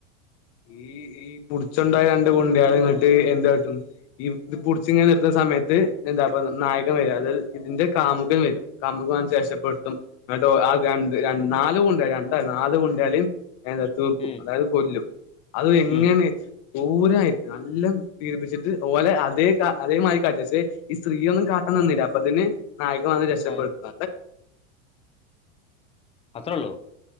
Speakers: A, on the left; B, on the left.
A: ഈ ഈ പുടിച്ചൊണ്ടായ രണ്ട് ഗുണ്ടകളിങ്ങോട്ട് എന്താട്ടും? ഈ ഇത് പുടിച്ചിങ്ങനെ നിർത്തുന്ന സമയത്ത് എന്താപ്പ നായകൻ വരും അതായത് ഇതിന്റെ കാമുകൻ വരും. കാമുകൻ വന്ന് രക്ഷപ്പെടുത്തും എന്നിട്ട് രണ്ട് ര നാല് ഗുണ്ടയാ രണ്ടല നാല് ഗുണ്ടാലേം ഏഹ് തീർക്കും
B: ഉം
A: അതായത് കൊല്ലും അതു എങ്ങനെ
B: ഉം
A: ദൂരം ആയിട്ട് നല്ലം പീഡപ്പിച്ചിട്ട് ഓലെ അതേ അതേ മാരി കാട്ടച്ച്. ഈ സ്ത്രീയൊന്നും കാട്ടൻ നിന്നില്ല അപ്പൊതേന് നായകവന്ന് രക്ഷപ്പെടുത്ത.
B: ആ അത്രോള്ളു.